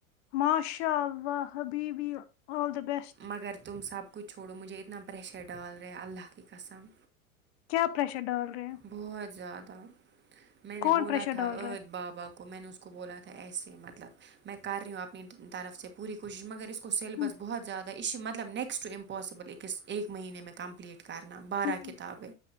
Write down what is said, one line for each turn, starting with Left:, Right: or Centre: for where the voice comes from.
Left: ماشاء اللہ حبیبی آل دا بیسٹ
Right: مگر تم سب کچھ چھوڑو مجھے اتنا پریشر ڈال رہے اللہ کی قسم
Left: کیا پریشر ڈال رہے
Right: بہت زیادہ میں نے
Left: کون
Right: بولا
Left: پریشر
Right: تھا
Left: ڈال
Right: عد
Left: رہا ہے
Right: بابا کو کو میں نے اس کو بولا تھا ایسے مطلب میں کر رہی ہوں اپنی طرف سے پوری کوشش مگر اس سیلبس
Left: ہوں
Right: بہت زیادہ یہ مطلب نیکسٹ امپوسیبل ایک مہینے میں کمپللیٹ کرنا بارہ
Left: ہوں
Right: کتابیں